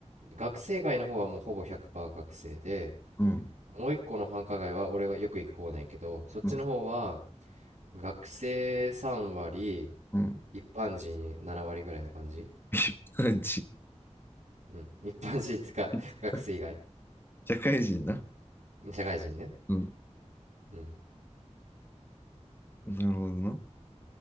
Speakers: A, on the right; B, on the left.
A: 学生街の方はもうほぼ100%学生で、
B: うん、
A: もう一個の繁華街は俺がよく行く方なんやけど、そっちの方は、
B: うん、
A: 学生3割、
B: うん。
A: 一般人7割ぐらいな感じ
B: 一般人。
A: うん。一般人つか、
B: <laughs>
A: <laughs> 学生以外
B: 社会人な。
A: 社会人ね。
B: うん。
A: うん。
B: なるほどな。